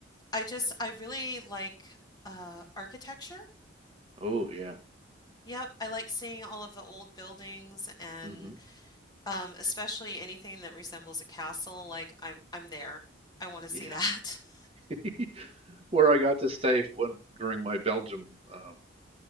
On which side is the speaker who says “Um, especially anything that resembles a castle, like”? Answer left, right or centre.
Left